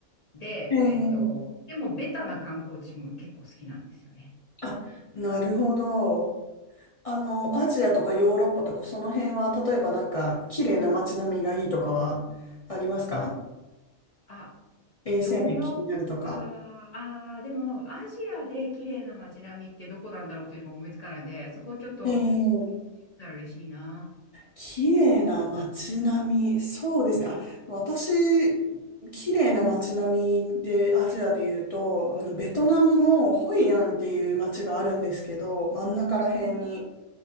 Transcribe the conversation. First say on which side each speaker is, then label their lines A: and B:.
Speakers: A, on the left (about 35°); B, on the left (about 55°).
A: で、
B: ええ
A: えっと、でもベタな観光地も結構好きなんですよね。
B: あ、なるほど。あの、アジアとかヨーロッパとかその辺は、例えばなんか、綺麗な街並みがいいとかはありますか
A: あ、
B: 衛生面気になるとか。
A: ヨーロッパ、ああ、でも、アジアで綺麗な街並みってどこなんだろうっていうのが思いつかないので、そこをちょっと、
B: ええ
A: たら嬉しいな。
B: 綺麗な街並み。そうですね。あ、私、綺麗な街並みで、アジアで言うと、あの、ベトナムのホイアンっていう街があるんですけど、真ん中ら辺に。
A: う